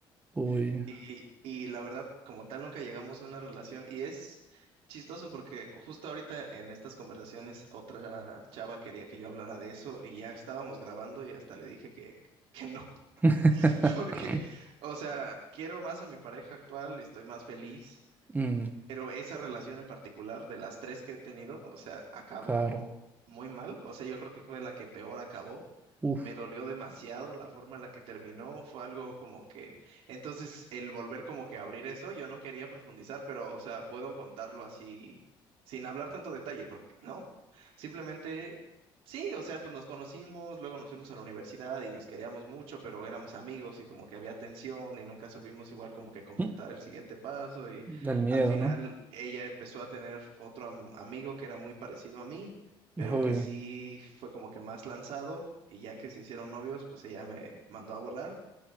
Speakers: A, on the right; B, on the right.
A: uy.
B: <laughs> y, y la verdad, como tal, nunca llegamos a una relación y es chistoso porque justo ahorita en estas conversaciones otra chava quería que yo hablara de eso y ya estábamos grabando y hasta le dije que, que no.
A: <laughs>
B: <laughs> porque, o sea, quiero más a mi pareja actual, estoy más feliz.
A: Mm,
B: Pero esa relación en particular, de las tres que he tenido, o sea, acabó
A: claro.
B: muy mal. O sea, yo creo que fue la que peor acabó.
A: Uf.
B: Me dolió demasiado la forma en la que terminó. Fue algo como que... Entonces, el volver como que a abrir eso, yo no quería profundizar, pero, o sea, puedo contarlo así, sin hablar tanto detalle, porque, ¿no? Simplemente, sí, o sea, pues nos conocimos, luego nos fuimos a la universidad y nos queríamos mucho, pero éramos amigos y como que había tensión y nunca supimos igual como que
A: <laughs>
B: concretar
A: Mm,
B: el siguiente paso y...
A: Del miedo,
B: Al final
A: ¿no?
B: ella empezó a tener otro am- amigo que era muy parecido a mí, pero
A: Uy.
B: que sí fue como que más lanzado y ya que se hicieron novios, pues ella me mandó a volar